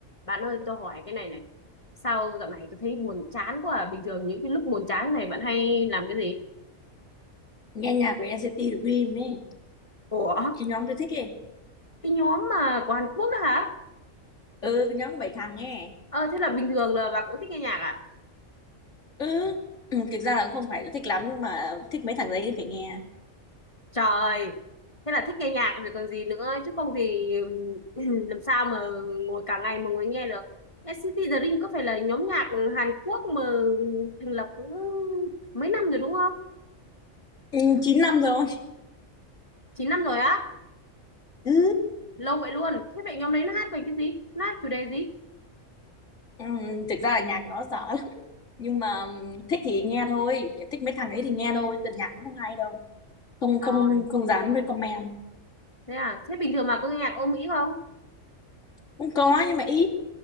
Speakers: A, on the left; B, on the left.
A: Bạn ơi, tôi hỏi cái này này. Sao dạo này tôi thấy buồn chán quá à? Bình thường những cái lúc buồn chán này bạn hay làm cái gì?
B: nghe nhạc của NCT Dream ấy
A: Ủa,
B: cái nhóm tôi thích ấy
A: cái nhóm mà của Hàn Quốc đó hả?
B: ừ cái nhóm của bảy thằng ấy
A: Ờ, thế là bình thường là bà cũng thích nghe nhạc à?
B: ừ. ừ thực ra là cũng không phải là thích lắm nhưng mà thích mấy thằng đấy thì phải nghe
A: Trời, thế là thích nghe nhạc rồi còn gì nữa. Chứ không thì ừm, <clears throat> làm sao mà ngồi cả ngày mà ngồi nghe được. NCT The Dream có phải là nhóm nhạc Hàn Quốc mà thành lập cũng mấy năm rồi đúng không?
B: ừ, 9 năm rồi
A: chín năm rồi á?
B: ừ.
A: Lâu vậy luôn. Thế vậy nhóm đấy nó hát về cái gì? Nó hát chủ đề gì?
B: ừ, thực ra là nhạc nó dở lắm nhưng mà ừm, thích thì nghe thôi Kiểu thích mấy thằng đấy thì nghe thôi chứ còn nhạc cũng không hay đâu không
A: Trời
B: không không dám recommend
A: Thế à, thế bình thường mà có nghe nhạc Âu Mỹ không?
B: cũng có nhưng mà ít